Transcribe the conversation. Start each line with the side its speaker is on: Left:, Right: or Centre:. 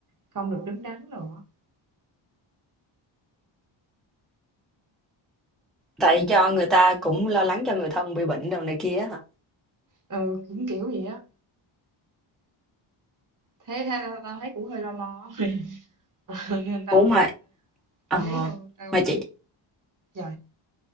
Right: không được đứng đắn rồi á
Centre: Tại do người ta cũng lo lắng cho người thân bị bệnh đồ này kia á hả?
Right: ừ cũng kiểu vậy á thế tha- tao, tao thấy cũng hơi lo lo <laughs> nên tao
Centre: Ủa mà ờ,
Right: tao thấy tao tao
Centre: mà chị
Right: rồi